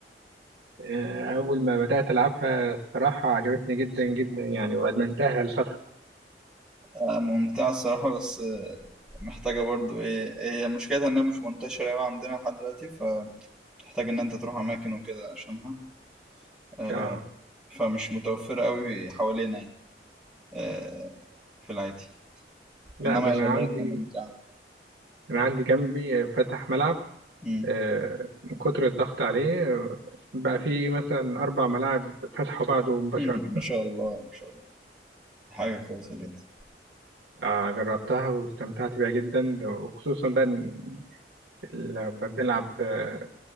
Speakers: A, on the right; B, in the centre.
A: آه، أول ما بدأت ألعبها الصراحة عجبتني جدا جدا يعني وأدمنتها لفترة
B: ممتعة الصراحة بس محتاجة برضو ايه هي مشكلتها انها مش منتشرة اوي عندنا لحد دلوقتي فتحتاج ان انت تروح اماكن وكده عشانها آه،
A: آه.
B: فمش متوفرة اوي حوالينا يعني آه، في العادي
A: لا
B: انما
A: ده
B: هي
A: أنا
B: لقيتها
A: عندي
B: ممتعة
A: أنا عندي جنبي آه، فتح ملعب
B: مم.
A: آه، من كتر الضغط عليه آه، بقى في مثلا أربع ملاعب فتحوا بعده مباشرة
B: <laughs> ما شاء الله ما شاء الله حاجة كويسة جدا
A: آه، جربتها واستمتعت بيها جدا وخصوصا بقى إن لما بنلعب آه،